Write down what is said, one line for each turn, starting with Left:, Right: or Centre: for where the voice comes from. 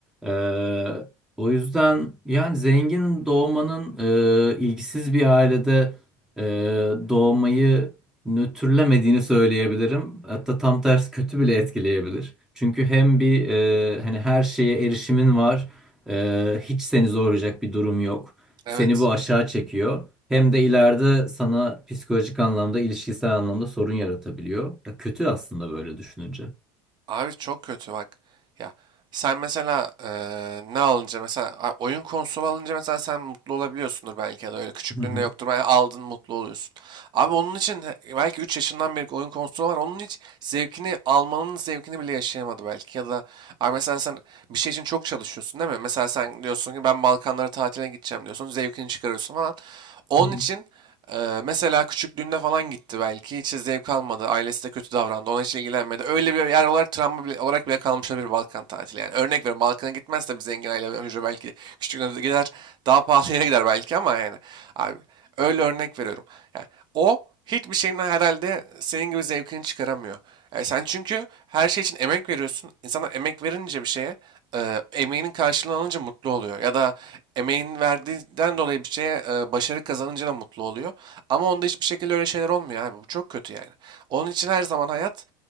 Centre: Ee, o yüzden yani zengin doğmanın e, ilgisiz bir ailede e, doğmayı nötrlemediğini söyleyebilirim. Hatta tam tersi kötü bile etkileyebilir. Çünkü hem bir e, hani her şeye erişimin var, e, hiç seni zorlayacak bir durum yok.
Right: Evet.
Centre: Seni bu aşağı çekiyor. Hem de ileride sana psikolojik anlamda, ilişkisel anlamda sorun yaratabiliyor. Ya kötü aslında böyle düşününce.
Right: Abi çok kötü bak. Ya sen mesela eee, ne alınca mesela a- oyun konsolu alınca mesela sen mutlu olabiliyorsundur belki ya da öyle küçüklüğünde
Centre: Hı hı.
Right: yoktur. Ben aldın mutlu oluyorsun. Abi onun için he- belki 3 yaşından beri oyun konsolu var. Onun hiç zevkini almanın zevkini bile yaşayamadı belki. Ya da abi mesela sen bir şey için çok çalışıyorsun değil mi? Mesela sen diyorsun ki ben Balkanlara tatile gideceğim diyorsun. Zevkini çıkarıyorsun falan. Onun
Centre: Hı hı.
Right: için ee, mesela küçüklüğünde falan gitti belki. Hiç zevk almadı. Ailesi de kötü davrandı. Ona hiç ilgilenmedi. Öyle bir yer olarak travma bile, olarak bile kalmış olabilir Balkan tatili. Yani örnek veriyorum Balkan'a gitmez de bir zengin aile hücre belki küçüklüğünde de gider. Daha pahalı yere gider belki ama yani. Abi öyle örnek veriyorum. Yani o hiçbir şeyin herhalde senin gibi zevkini çıkaramıyor. Yani sen çünkü her şey için emek veriyorsun. İnsanlar emek verince bir şeye, e, emeğinin karşılığını alınca mutlu oluyor. Ya da emeğin verdiğinden dolayı bir şeye e, başarı kazanınca da mutlu oluyor. Ama onda hiçbir şekilde öyle şeyler olmuyor abi. Bu çok kötü yani. Onun için her zaman hayat